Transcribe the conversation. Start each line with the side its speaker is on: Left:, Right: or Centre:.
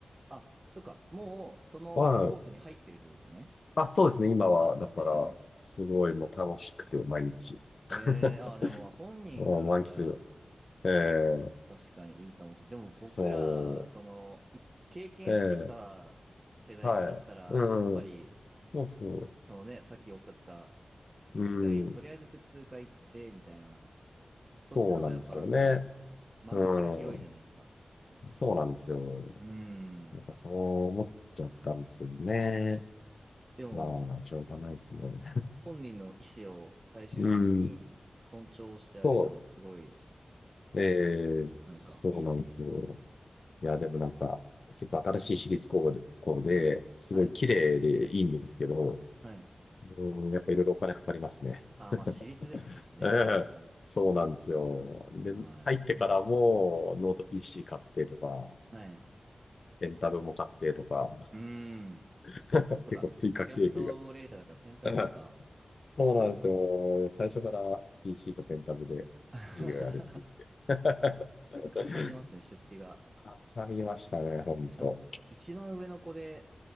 Right: あ、そっか。もう、そのコースに入ってるってことですよね。
Left: まあ、あ、そうですね。今は、
Right: あ、
Left: だから、
Right: ですよね。
Left: すごいもう楽しくて、毎日。
Right: ええ、
Left: <laughs>
Right: あ、でもまあ本人からしたら
Left: あ満喫。ええ、
Right: 確かにいいかもしれない。でも僕ら、
Left: そ
Right: その、い経験してきた世代からしたら、
Left: う、ええ、はい、うん、
Right: やっぱり、
Left: そうそ
Right: そのね、さっきおっしゃってた、一回、
Left: う、うん、
Right: とりあえず普通科行って、みたいな、
Left: そうなんですよね。
Right: そっちの方がやっぱこう、間口が広いじゃないですか。
Left: うん、そうなんですよ。
Right: うー
Left: なんかそう思っちゃったんですけどね。
Right: ん。でも、
Left: まあ、しょうがないですよ。
Right: 本人の意思を最終的に尊重してあげたの、
Left: うん、そ
Right: すごい、
Left: う、ええ、そうなんですよ。
Right: なんか、いいですね。
Left: いや、でもなんか、結構新しい私立高校で、すごい綺麗でいいんですけど、
Right: はい。はい。
Left: うん、やっぱいろいろお金かかりますね。
Right: ああ、まあ、私立ですしね。
Left: <laughs> ええ、
Right: 確かに。
Left: そうなんですよ。で、
Right: ああ、
Left: 入ってからもノート
Right: そうだ。
Left: PC 買ってとか、
Right: はい。う
Left: レンタルも買ってとか、
Right: ーん。
Left: <laughs>
Right: とか、
Left: 結構追加経費が。
Right: イラストレーターだから、ペンタブとか、
Left: <laughs> ええ
Right: 確かに。
Left: そうなんですよ。最初から PC とペンタブで授業やるって言って。
Right: <laughs> かさみますね、
Left: <laughs>
Right: 出費が。
Left: かさみましたね、ほんと。
Right: しかも、一番上の子で、